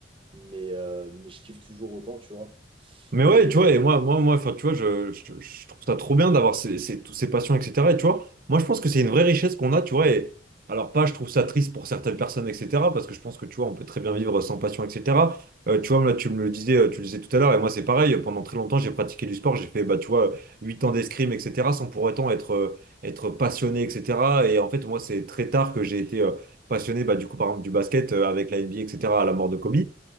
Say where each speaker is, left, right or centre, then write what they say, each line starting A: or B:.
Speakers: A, on the right; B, on the right.
A: Mais, euh, mais je kiffe toujours autant, tu vois.
B: Mais ouais,
A: Et,
B: tu
A: euh,
B: vois, et
A: et...
B: moi, moi, moi, enfin, tu vois, je, je, je trouve ça trop bien d'avoir ces, ces- toutes ces passions, etc. Et tu vois, moi, je pense que c'est une vraie richesse qu'on a, tu vois. Et alors, pas, je trouve ça triste pour certaines personnes, etc. Parce que je pense que, tu vois, on peut très bien vivre sans passion, etc. Euh, tu vois, là, tu me le disais, euh, tu le disais tout à l'heure, et moi, c'est pareil. euh, Pendant très longtemps, j'ai pratiqué du sport, j'ai fait, bah, tu vois, 8 ans d'escrime, etc., sans pour autant être, euh, être passionné, etc. Et en fait, moi, c'est très tard que j'ai été euh, passionné, bah, du coup, par exemple, du basket euh, avec la NBA, etc., à la mort de Kobe.